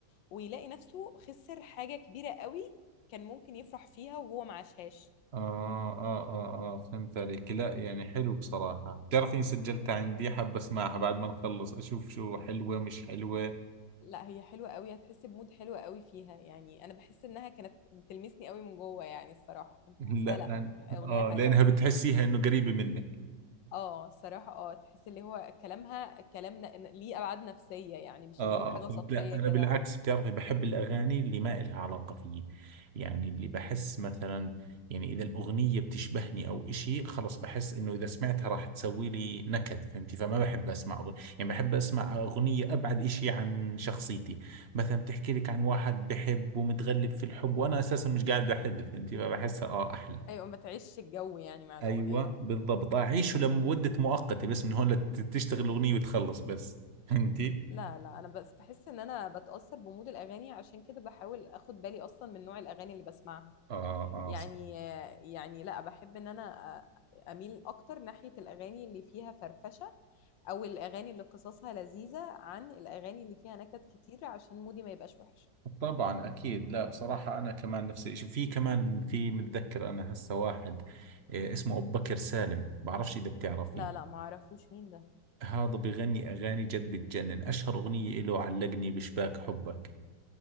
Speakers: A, on the left; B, on the right.
A: ويلاقي نفسه خسر حاجة كبيرة قوي كان ممكن يفرح فيها وهو ما عاشهاش
B: آه آه آه آه فهمت عليك لا يعني حلو بصراحة بتعرفني سجلتها عندي حاب أسمعها بعد ما نخلص أشوف شو حلوة مش حلوة
A: لا هي حلوة قوي هتحس بمود حلو قوي فيها يعني انا بحس انها كانت بتلمسني قوي من جوه يعني الصراحة كنت
B: <laughs> لا
A: بحسها لا
B: أنا-
A: اغنية
B: آه
A: حلوة
B: لأنها بتحسيها إنه قريبة مني
A: اه الصراحة اه تحس اللي هو كلامها كلام ن- ليه ابعاد نفسية يعني مش
B: اه
A: اللي هو حاجة
B: آه، فهمت
A: سطحية
B: لا انا
A: كده
B: بالعكس بتعرفي بحب الاغاني اللي ما إلها علاقه فيي يعني اللي بحس مثلا يعني اذا الاغنيه بتشبهني او إشي خلص بحس انه اذا سمعتها راح تسوي لي نكد فهمتي فما بحب اسمع أغنية يعني بحب اسمع اغنيه ابعد إشي عن شخصيتي مثلا بتحكي لك عن واحد بحب ومتغلب في الحب وانا اساسا مش قاعد بحب فهمتي فبحسها اه احلى
A: ايوه ما تعيش الجو يعني مع الاغنية
B: ايوه بالضبط اعيشه لمده مؤقته بس من هون لتشتغل الاغنيه وتخلص بس فهمتي
A: لا لا انا بس بحس ان انا بتأثر بمود الاغاني عشان كده بحاول اخد بالي اصلا من نوع الاغاني اللي بسمعها
B: اه اه
A: يعني يعني لا بحب ان انا أ- اميل اكتر ناحية الاغاني اللي فيها فرفشة او الاغاني اللي قصصها لذيذه عن الاغاني اللي فيها نكت كتير عشان مودي ما يبقاش وحش
B: طبعا اكيد لا بصراحه انا كمان نفس الشيء في كمان في متذكر انا هسه واحد آه، اسمه ابو بكر سالم بعرفش اذا بتعرفيه
A: لا لا ما اعرفوش مين ده
B: هذا بغني اغاني جد بتجنن اشهر اغنيه له علقني بشباك حبك